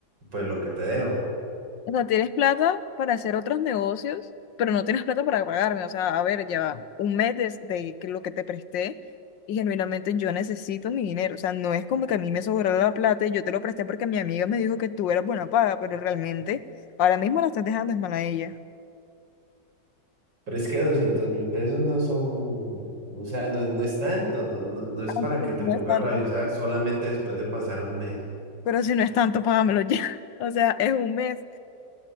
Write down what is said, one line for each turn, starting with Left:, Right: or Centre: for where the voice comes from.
Right: pues lo que te debo.
Left: O sea, tienes plata para hacer otros negocios, pero no tienes plata para pagarme. O sea, a ver, ya va un mes des- de, que lo que te presté y genuinamente yo necesito mi dinero. O sea, no es como que a mí me sobró la plata y yo te lo presté porque mi amiga me dijo que tú eras buena paga, pero realmente ahora mismo la estás dejando es mal a ella.
Right: Pero es que doscientos mil pesos no son, o sea, no es, no es tanto, no, no, no es
Left: Ah,
Right: para
Left: pero
Right: que
Left: si
Right: te
Left: no
Right: pongas
Left: es tanto.
Right: rabiosa solamente después de pasar un mes.
Left: Pero si no es tanto, págamelo ya. <laughs> O sea, es un mes.